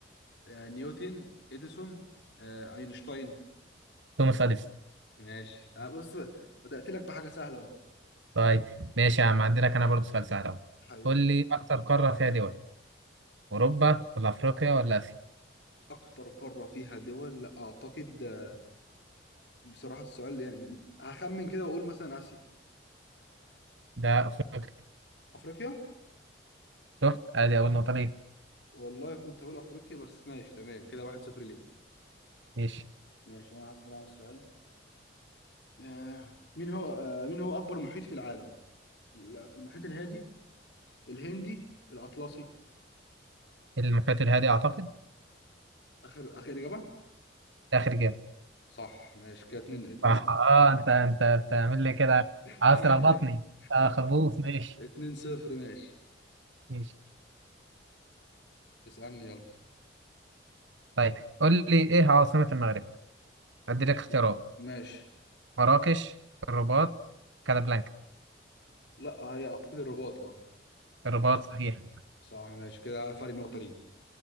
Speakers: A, on the left (about 70°); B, on the right (about 80°).
A: آه نيوتن اديسون آه اينشتاين
B: توماس اديسون
A: ماشي آه بص بدات لك بحاجه سهله اهو
B: طيب ماشي يا عم عندي لك انا برضه سؤال سهل اهو
A: حبيبي
B: قول لي اكتر قاره فيها دول اوروبا ولا افريقيا ولا اسيا
A: اكتر قاره فيها دول لا اعتقد آه، بصراحه السؤال يعني هخمن كده واقول مثلا اسيا
B: ده افريقيا
A: افريقيا
B: شفت ادي اول نقطه ليه
A: والله كنت هقول افريقيا بس ماشي تمام كده واحد صفر ليه
B: ماشي
A: ماشي انا هسأل انا السؤال آه مين هو آه مين هو اكبر محيط في العالم ال- المحيط الهادي الهندي الاطلسي
B: المحيط الهادي اعتقد
A: اخر اخر اجابه
B: اخر جيم
A: صح ماشي كده اتنين اتنين
B: صح
A: صفر
B: اه انت انت بتعمل لي كده
A: <laughs>
B: عاوز تلخبطني اه خبوص ماشي
A: اتنين صفر ماشي
B: ماشي
A: اسالني يلا
B: طيب قول لي ايه عاصمة المغرب ادي
A: خلاص.
B: لك اختيارات
A: ماشي
B: مراكش الرباط كازابلانكا
A: لا هي اعتقد الرباط اه
B: الرباط صحيح
A: صح ماشي كده فرق نقطه ليه